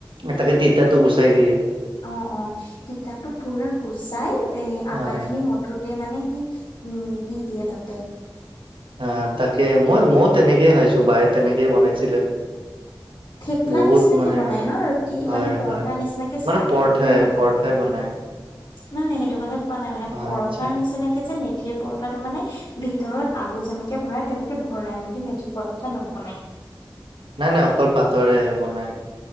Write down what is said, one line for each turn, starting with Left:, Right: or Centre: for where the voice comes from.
Right: তাকে তিতাতো গুচাই দিয়ে।
Left: অ', অ', তিতটো পুৰা গুচাই, এ
Right: হয়
Left: আটাখিনি মঠু তে মানে সেই, উম দি দিয়ে তাতে।
Right: আহ, তাকে মই মই তেনেকেই খাইছো, বায়ে তেনেকেই বনাইছিলে।
Left: থেপলা
Right: বহুত
Left: নিচিনাকে
Right: মানে,
Left: বনাই ন ৰুটি
Right: হয়
Left: মানে পৰঠা
Right: হয়
Left: নিচিনাকে
Right: মানে
Left: ষ্টাফ
Right: পৰঠাই,
Left: কৰি নবনাই।
Right: পৰঠাই বনাই।
Left: নাই, নাই সেইটো কথা কোৱা নাই, মানে
Right: হয়
Left: পৰঠাৰ
Right: আচ্ছা
Left: নিচিনাকে যে মেথি সেই পৰঠাটো মানে ভিতৰত আলু যেনেকে ভৰাই, তেনেকে ভৰাই মেলি মেথি পৰঠা নৱনাই।
Right: নাই নাই অকল পাতৰে বনাই।